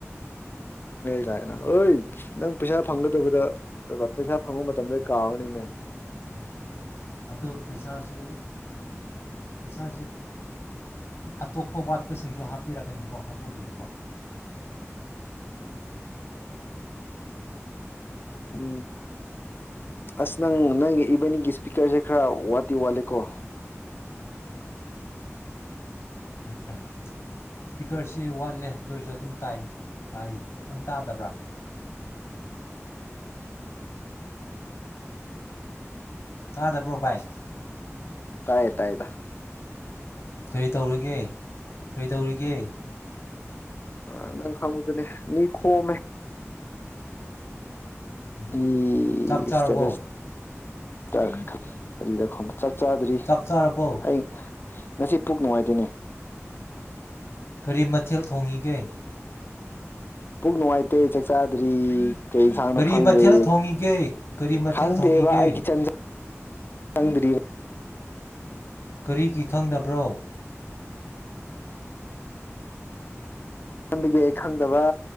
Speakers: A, on the left; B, on the left.
A: ꯥꯒꯥꯏꯅ ꯑꫭꯏ ꯅꯪ ꯄꯩꯁꯥ ꯐꯪꯒꯗꯕꯗ ꯄꯩꯁꯥ ꯐꯪꯕ ꯃꯠ ꯇꯝꯃꯦ ꯀꯥꯥꯎꯅꯤꯅꯦ
B: ꯎꯝ ꯑꯗꯣ ꯄꯩꯁꯥꯁꯨ ꯄꯩꯁꯥꯁꯦ ꯑꯇꯣꯞꯄ ꯋꯥꯠꯄꯁꯤꯡꯁꯨ ꯍꯥꯞꯄꯤꯔꯛꯀꯅꯤꯀꯣ ꯍꯥꯞꯄꯨꯕꯨꯗꯤꯀꯣ꯫
A: ꯎꯝ ꯑꯁ ꯅꯪ ꯅꯪꯒꯤ ꯏꯕꯥꯅꯤꯒꯤ ꯏꯁꯄꯤꯀꯔꯁꯦ ꯈꯔ ꯋꯥꯠꯇꯤ ꯋꯥꯠꯂꯦꯀꯣ꯫
B: ꯎꯝ ꯎꯝ ꯁ꯭ꯄꯤꯀꯔꯁꯤ ꯋꯥꯠꯂꯦ ꯑꯗꯨꯑꯣꯏꯁꯨ ꯑꯗꯨꯝ ꯇꯥꯏ ꯇꯥꯏ ꯅꯪ ꯇꯥꯗꯕ꯭ꯔꯥ꯫ ꯇꯥꯗꯕ꯭ꯔꯣ ꯕꯥꯏ꯫
A: ꯇꯥꯏ ꯇꯥꯏꯗ꯫
B: ꯀꯔꯤ ꯇꯧꯔꯤꯒꯦ꯫ ꯀꯩꯗꯧꯔꯤꯒꯦ꯫
A: ꯎ ꯅꯪ ꯈꯪꯕꯗꯨꯅꯦ ꯃꯤ ꯈꯣꯝꯃꯦ꯫
B: ꯎꯝ
A: ꯏ
B: ꯆꯥꯛ ꯆꯥꯔꯕꯣ
A: ꯁ꯭ꯇꯦꯇꯁ ꯀ ꯀꯔꯤꯗ ꯈꯣꯝ ꯆꯥꯛ ꯆꯥꯗ꯭ꯔꯤ
B: ꯆꯥꯛ ꯆꯥꯔꯕꯣ
A: ꯑꯩ꯫ ꯉꯁꯤ ꯄꯨꯛ ꯅꯨꯡꯉꯥꯏꯇꯦꯅꯦ꯫
B: ꯀꯔꯤ ꯃꯊꯦꯜ ꯊꯣꯡꯏꯒꯦ꯫
A: ꯄꯨꯛ ꯅꯨꯡꯉꯥꯏꯇꯦ ꯆꯥꯛ ꯆꯥꯗ꯭ꯔꯤ꯫ ꯀꯩ ꯏꯟꯁꯥꯡꯅꯣ
B: ꯀꯔꯤ
A: ꯈꯪꯗꯦ
B: ꯃꯊꯦꯜ ꯊꯣꯡꯉꯤꯒꯦ ꯀꯔꯤ ꯃꯊꯦꯜ
A: ꯈꯪꯗꯦꯕꯥ
B: ꯊꯣꯡꯉꯤꯒꯦ
A: ꯑꯩ ꯀꯤꯆꯟ ꯆꯪꯗ꯭ꯔꯤ
B: ꯀꯔꯤꯒꯤ ꯈꯪꯗꯕ꯭ꯔꯣ꯫
A: ꯗꯒꯤ ꯑꯩ ꯈꯪꯗꯕꯥ